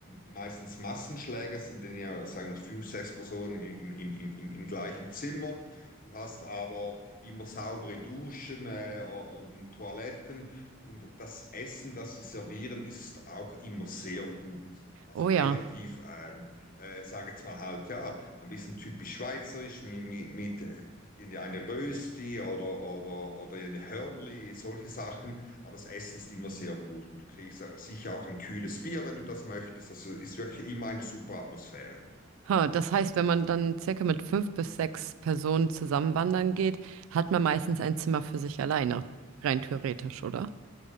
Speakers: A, on the left; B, on the right.
A: meistens Massenschläger, sind dann ja, sagen wir, fünf, sechs Personen im, im, im, im, im gleichen Zimmer. Du hast aber immer saubere Duschen äh, und Toiletten und das Essen, das sie servieren, ist auch immer sehr gut. Also
B: oh ja.
A: relativ, ähm, äh, sage jetzt mal halt, ja, ein bisschen typisch schweizerisch mit, mit, mit äh, irgendeine Rösti oder, oder, oder eine Hörnli, solche Sachen. Aber das Essen ist immer sehr gut und du kriegst sicher auch ein kühles Bier, wenn du das möchtest. Also ist wirklich immer eine super Atmosphäre.
B: Ha, das heißt, wenn man dann circa mit fünf bis sechs Personen zusammen wandern geht, hat man meistens ein Zimmer für sich alleine, rein theoretisch, oder?